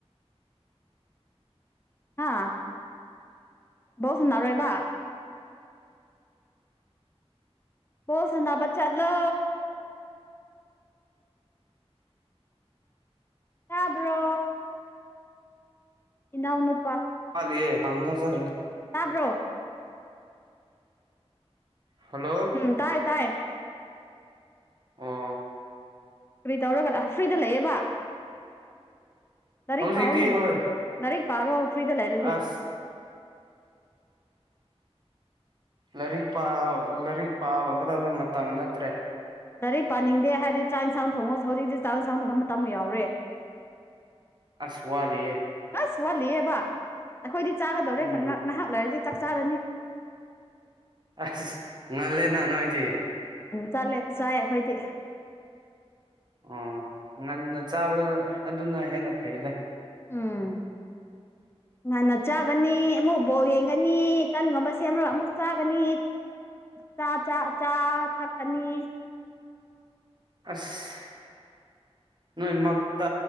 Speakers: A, on the left; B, on the right.
A: ꯑ ꯧ ꯁꯨꯅꯔ ꯑꯣꯏꯣꯏꯕ ꯕꯣ ꯁꯥꯟꯅꯕ ꯆꯠꯂꯣ ꯇꯥꯕ꯭ꯔꯣ ꯏꯅꯎꯅ
B: ꯍꯗꯔ
A: ꯇꯥꯕ꯭ꯔꯣ
B: ꯍꯜꯂꯣ
A: ꯎꯝ ꯇꯥꯏ ꯇꯥꯏ
B: ꯑꯣ
A: ꯀꯔꯤ ꯇꯧꯔꯒ ꯐ꯭ꯔꯤꯗ ꯂꯩꯌꯦꯦꯕ ꯂꯥꯏꯔꯤꯛ
B: ꯍꯧꯖꯤꯛꯇꯤ
A: ꯄꯥꯎꯅꯦ
B: ꯍꯣꯏ
A: ꯂꯥꯏꯔꯤꯛ ꯄꯥꯔꯣ ꯐ꯭ꯔꯤꯗ ꯂꯩꯔꯗꯤ
B: ꯑꯁ ꯂꯥꯏꯔꯤꯛ ꯂꯥꯏꯔꯤꯛ ꯄꯥꯒꯗꯕ ꯃꯇꯝ ꯅꯠꯇ꯭ꯔꯦ
A: ꯗꯥꯏꯔꯤꯛ ꯄꯥꯅꯤꯡꯗꯦ ꯍꯥꯏꯗꯤ ꯆꯥꯛ ꯌꯦꯟꯁꯥꯡ ꯊꯣꯡꯉꯣꯁ ꯍꯧꯖꯤꯛꯇꯤ ꯆꯥꯛ ꯌꯦꯟꯁꯥꯡ ꯊꯣꯡꯕ ꯃꯇꯝ ꯌꯥꯎꯔꯦ
B: ꯑꯁꯋꯥꯂꯤꯦ
A: ꯑꯁ ꯋꯥꯠꯂꯤꯑꯕ ꯑꯩꯈꯣꯏꯗꯤ ꯆꯥꯒꯗꯧꯔꯦ
B: ꯎꯝ
A: ꯉꯥꯏꯍꯥꯛ ꯂꯩꯥꯏꯔꯗꯤ ꯆꯥꯛ ꯆꯥꯔꯅꯤ
B: ꯑꯁ ꯉꯜꯂꯦꯅ ꯅꯣꯏꯗꯤ
A: ꯆꯠꯂꯦ ꯆꯥꯏ ꯑꯩꯈꯣꯏꯗꯤ
B: ꯑꯣ ꯉꯟꯅ ꯆꯥꯕꯗ ꯑꯗꯨꯅ ꯍꯦꯟꯅ ꯐꯩꯗ
A: ꯎꯝ ꯉꯟꯅ ꯆꯥꯒꯅꯤ ꯑꯃꯨꯛ ꯕꯧ ꯌꯦꯡꯒꯅꯤ ꯇꯟꯒꯨꯝꯕꯁꯦ ꯑꯃꯨꯛ ꯑꯃꯨꯛ ꯆꯥꯒꯅꯤ ꯆꯥ ꯆ ꯆꯥ ꯊꯛꯀꯅꯤ
B: ꯑꯁ ꯅꯣꯏ ꯃꯛꯇ